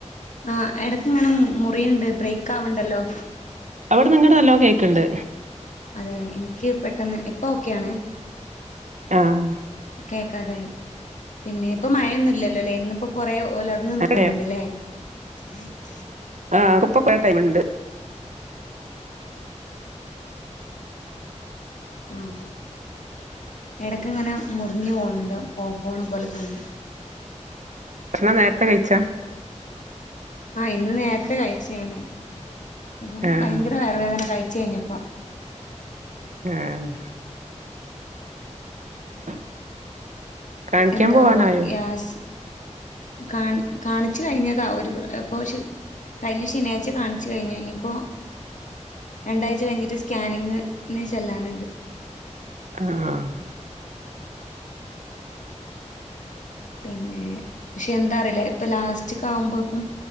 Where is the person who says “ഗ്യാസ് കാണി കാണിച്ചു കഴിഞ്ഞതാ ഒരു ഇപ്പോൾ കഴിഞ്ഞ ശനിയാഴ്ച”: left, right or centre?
Left